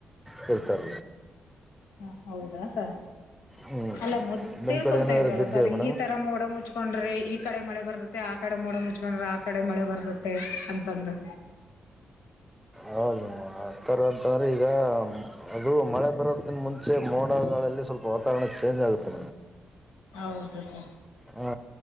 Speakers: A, in the centre; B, on the left.
A: ಹೇಳ್ತರ
B: ಹ ಹೌದಾ ಸರ್
A: ಹ್ಞೂ
B: ಅಲ್ಲ ಮೊದ್ಲ
A: ನಿಮ್ಮ
B: ತಿಳ್ಕೊಂತ
A: ಕಡೆ ಏನಾದರೂ
B: ಇದ್ರಲ್ಲ
A: ಬಿದ್ದೇವೆ
B: ಸರ್
A: ಮೇಡಮ್
B: ಈ ತರ ಮೋಡ ಮುಚ್ಕೊಂಡ್ರೆ ಈ ಕಡೆ ಮಳೆ ಬರ್ತೆ ಆ ಕಡೆ ಮೋಡ ಮುಚ್ಕೊಂಡ್ರೆ ಆ ಕಡೆ ಮಳೆ ಬರ್ತ್ತೆ ಅಂತಂದು
A: ಹೌದಮ್ಮ ಆಥರ ಅಂತಂದ್ರೆ ಈಗ ಅದು ಮಳೆ ಬ್ರವತ್ತಿನ ಮುಂಚೆ ಮೋಡಗಳಲ್ಲಿ ಸ್ವಲ್ಪ ವಾತಾವರಣ ಚೇಂಜ್ ಆಗುತ್ತೆ
B: ಹೌದು ಸರ್
A: ಹಾ